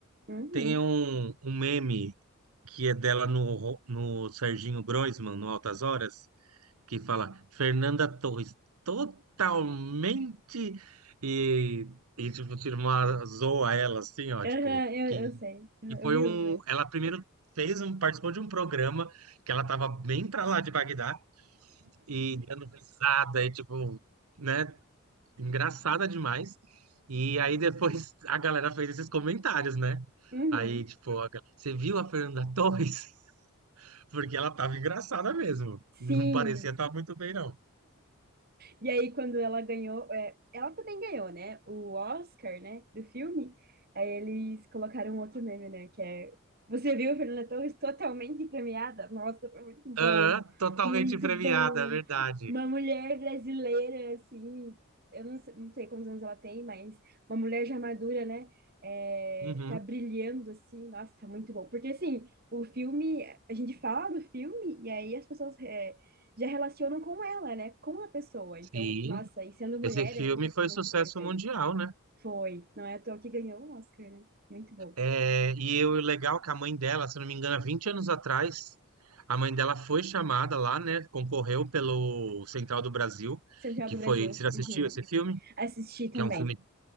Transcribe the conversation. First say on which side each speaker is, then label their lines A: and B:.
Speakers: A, on the right; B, on the right.
A: Uhum.
B: Tem um, um meme que é dela no, Ro- no Serginho Groisman, no Altas Horas, que fala Fernanda Torres totalmente e, e tipo, tira uma zoa ela assim, ó,
A: Aham,
B: tipo,
A: eu,
B: que,
A: eu sei. Aham,
B: que
A: Eu
B: foi
A: vi
B: um.
A: o.
B: Ela primeiro fez um, participou de um programa que ela tava bem pra lá de Bagdá e dando risada, e tipo, né? engraçada demais. E aí depois <laughs> a galera fez esses comentários, né?
A: Uhum.
B: Aí, tipo, a ga- você viu a Fernanda Torres? <laughs> Porque ela tava engraçada mesmo.
A: Sim.
B: Não parecia estar muito bem, não.
A: E aí, quando ela ganhou, é, ela também ganhou, né? O Oscar, né? Do filme. Aí eles colocaram outro meme, né? Que é. Você viu Fernanda Torres totalmente premiada? Nossa, foi muito bom.
B: Aham, totalmente
A: Muito
B: premiada,
A: bom.
B: é verdade.
A: Uma mulher brasileira, assim. Eu não sei, não sei quantos anos ela tem, mas uma mulher já madura, né? é,
B: Uhum,
A: tá brilhando assim, nossa, muito bom. Porque assim, o filme, a gente fala do filme e aí as pessoas é, já relacionam com ela, né? Com a pessoa. Então,
B: sim.
A: nossa, e sendo mulher
B: Esse filme
A: ainda,
B: foi
A: muito
B: sucesso
A: importante.
B: mundial, né?
A: Foi. Não é à toa que ganhou o Oscar, né? Muito bom.
B: É, e eu, o legal é que a mãe dela, se eu não me engano, há 20 anos atrás, a mãe dela foi chamada lá, né? Concorreu pelo Central do Brasil,
A: Central
B: que
A: do Brasil.
B: foi. Você já assistiu
A: Uhum.
B: esse filme?
A: Assisti também.
B: Que é um filme